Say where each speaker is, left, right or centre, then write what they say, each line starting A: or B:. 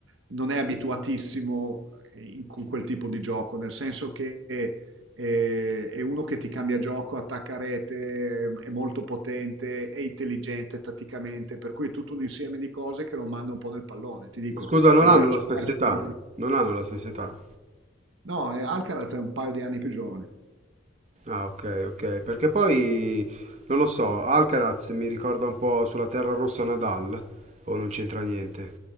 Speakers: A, on the right (about 80°); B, on the right (about 35°).
A: non è abituatissimo in- con quel tipo di gioco, nel senso che e- è uno che ti cambia gioco, attacca a rete, è molto potente, è intelligente tatticamente, per cui è tutto un insieme di cose che lo manda un po' nel pallone, ti dico,
B: Oh, Scusa, non
A: per
B: hanno
A: averci
B: la stessa
A: perso
B: età.
A: le ultime.
B: Non hanno la stessa età.
A: No, eh, Alcaraz è un paio di anni più giovane.
B: Ah, ok, ok. Perché poi, non lo so, Alcaraz mi ricorda un po' sulla terra rossa Nadal, o non c'entra niente.